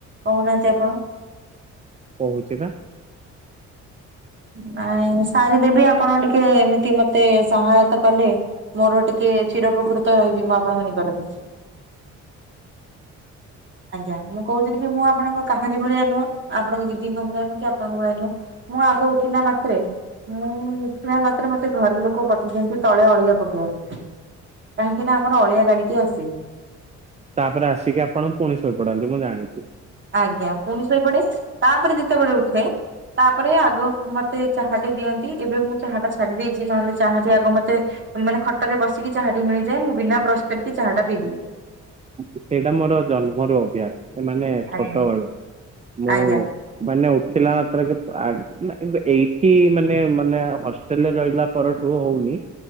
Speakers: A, on the right; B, on the right.
A: କହୁନାହାନ୍ତି ଆପଣ।
B: କହୁଛି ବା
A: ନାଇଁ ମୁଁ ସାରିଦେବି ଆପଣ ଟିକେ ଏମିତି ମତେ ସହାୟତା କଲେ। ମୋର ଟିକେ ଚିରପକୃତ ରହିବି ମୁଁ ଆପଣଙ୍କ ନିକଟରେ। ଆଜ୍ଞା ମୁଁ କହୁଥିଲି କି ମୁଁ ଆପଣଙ୍କ କାହାରି ଭଳିଆ ନୁହ ଆପଣଙ୍କ ଦିଦିଙ୍କ ଭଳିଆ ନୁଅ କି ଆପଣଙ୍କ ଭଳିଆ ନୁହ। ମୁଁ ଆଗ ଉଠିଲା ମାତ୍ରେ ମୁଁ ଉଠିବା ମାତ୍ରେ ମତେ ଘରେ ଲୋକ ପଠେଇ ଦିଅନ୍ତି ତଳେ ଅଳିଆ ପକେଇବାକୁ। କାହିଁକି ନା ଆମର ଅଳିଆ ଗାଡି ଟି ଆସୁଚି।
B: ତାପରେ ଆସିକି ଆପଣ ପୁଣି ଶୋଇପଡନ୍ତି ମୁଁ ଜାଣିଛି।
A: ଆଜ୍ଞା ପୁଣି ଶୋଇପଡେ ତାପରେ ଯେତେବେଳେ ଉଠେ। ତାପରେ ଆଗ ମତେ ଚାହାଟେ ଦିଅନ୍ତି ଏବେ ମୁଁ ଚାହା ଟା ଛାଡିଦେଇଚି ନହେଲେ ଚାହାଟି ଆଗ ମତେ। ମାନେ ଖଟରେ ବସିକି ଚାହା ଟି ମିଳିଯାଏ ମୁଁ ବିନା ବ୍ରସ କରିକି ଚାହାଟା ପିଇଦିଏ।
B: ସେଇଟା ମୋର ଜନ୍ମରୁ ଅଭ୍ୟାସ ଏ ମାନେ ଛୋଟବେଳୁ
A: ଆଜ୍ଞା
B: ମୁଁ।
A: ଆଜ୍ଞା।
B: ମାନେ ଉଠିଲା ମାତ୍ରକେ ଆଗ କିନ୍ତୁ କିନ୍ତୁ ଏଇଠି ମାନେ ମାନେ ହଷ୍ଟେଲରେ ରହିଲା ପରଠୁ ହଉନି